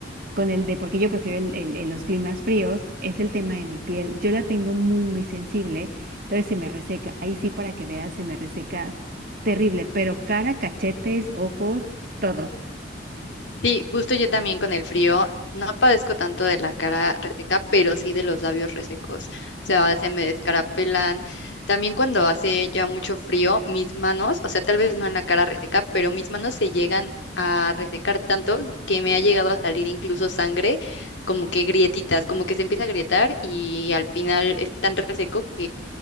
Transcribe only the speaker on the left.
Sí, justo yo también con el frío no padezco tanto de la cara reseca, pero sí de los labios resecos. O sea, se me descarapelan. También cuando hace ya mucho frío, mis manos, o sea, tal vez no en la cara reseca, pero mis manos se llegan a resecar tanto que me ha llegado a salir incluso sangre, como que grietitas, como que se empieza a grietar y al final es tan reseco